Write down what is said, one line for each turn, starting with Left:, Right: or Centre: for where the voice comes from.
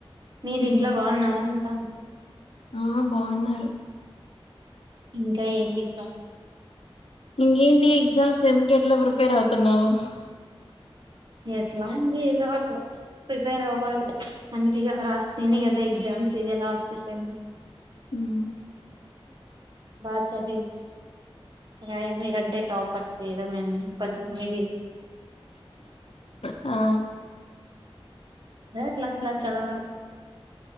Right: మీరు
Left: మ్
Right: ఇంట్లో బాగున్నారా అంత
Left: ఆ బాగున్నారు
Right: ఇంకా ఏంటి ప
Left: ఇంకేంటి ఎగ్జామ్స్ సేమ్ కెట్ల ప్రిపేర్ అవుతున్నవు <inaudible>
Right: ఎట్లా అండి ఏదో అట్ల ప్రిపేర్ అవ్వాలి అన్ ఇగ రాస్తేనే కదా ఎగ్జామ్స్ ఇదే లాస్ట్ సెమ్
Left: ఉమ్
Right: బా చదివి రాయల్ మీరంటే టాపర్స్ ఏదో మేము కొంచెం మీడిల్
Left: ఆ
Right: ఏట్ల అట్ల చదవాల్